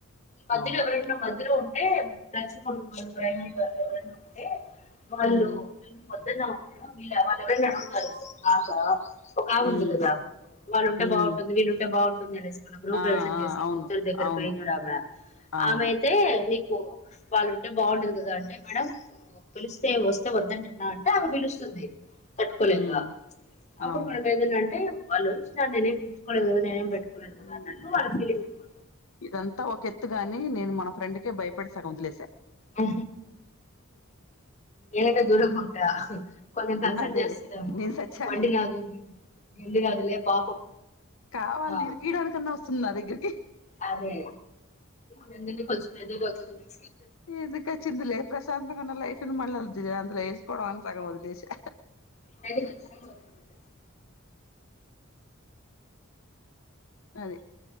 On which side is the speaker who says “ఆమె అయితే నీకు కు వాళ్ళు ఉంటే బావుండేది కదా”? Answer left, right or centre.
Left